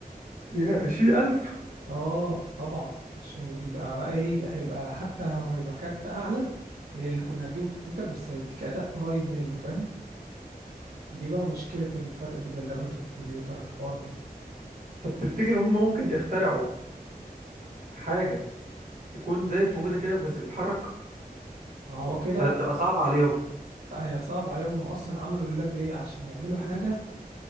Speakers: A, on the right; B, on the right.
A: يا عشرين ألف
B: اه طبعا عشان يبقى بقى ايه هيبقى حتى لو هيبقى كارت اعلى من اللي كنا هنجيبه في الكمبيوتر بس هيديك اداء قريب منه فاهم دي بقى مشكلة الفرق بين اللابات والكمبيوتر الحوار دي
A: طب تفتكر هم ممكن يخترعوا حاجه تكون زي الكمبيوتر كده بس بيتحرك
B: هو كده
A: ولا تبقى صعبه عليهم
B: هي صعب عليهم هم أصلا عملوا اللاب ليه عشان يعملوا حاجة